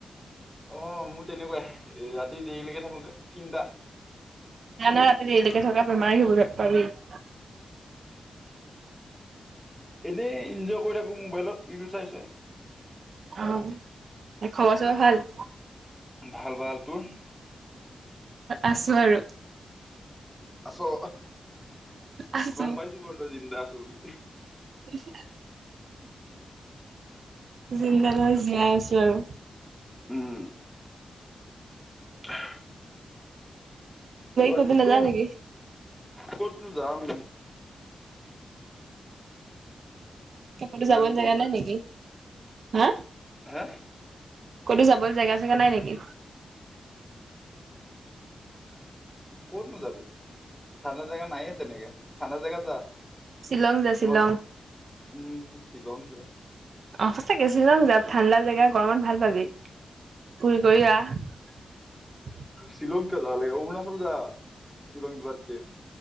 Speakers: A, in the centre; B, on the right.
A: অ মোৰ তেনেকুৱাই ৰাতি দেৰিলৈকে থাকো যে তিনিটা।
B: নাই নাই ৰাতি দেৰিলৈকে থকা বেমাৰী হবি পাবি <unintelligible>
A: এনেই এনজয় কৰি থাকো মোবাইলত ভিডিঅ চাই চাই।
B: আহ খবৰ চবৰ ভাল?
A: ভাল ভাল। তোৰ?
B: আছো আৰু।
A: অ
B: আছো
A: গম পাইছো বাৰু জিন্দা আছ বুলি।
B: <unintelligible> জিন্দা নাই জীয়াই আছো আৰু।
A: উম। <unintelligible> বাকী
B: ক'তো নাযাৱ
A: ক
B: নেকি
A: ক'তনো যাম।
B: কতো
A: ইমান
B: যাবলে জাগা নাই নেকি? হা
A: হা?
B: কতো যাবলে জেগা চেগা নাই নেকি?
A: ক'তনো যাবি? ঠাণ্ডা জেগা নায়ে তেনেকে। ঠাণ্ডা জেগা যা
B: শ্বিলং যা শ্বিলং
A: নহ'লে, উম শ্বিলং যায়।
B: অ সঁচাকে শ্বিলং ঠাণ্ডা জেগা। গৰমত ভাল পাবি। ফুৰি কৰি আহ।
A: শ্বিলং কিয় যাব লাগে? অৰুণাচল যা, শ্বিলং যোৱাতকে।